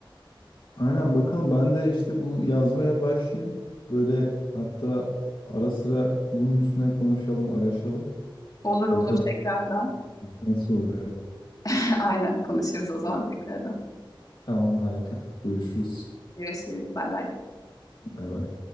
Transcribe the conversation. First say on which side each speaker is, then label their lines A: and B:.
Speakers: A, on the left (about 65°); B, on the left (about 45°).
A: Aynen bakalım ben de işte bu yazmaya başlayayım. Böyle hatta ara sıra bunun üstüne konuşalım, araşalım.
B: Olur olur
A: Bakalım
B: tekrardan.
A: nasıl oluyor.
B: <laughs> Aynen konuşuruz o zaman tekrardan.
A: Tamam harika. Görüşürüz.
B: Görüşürüz. Bay bay.
A: Bay bay.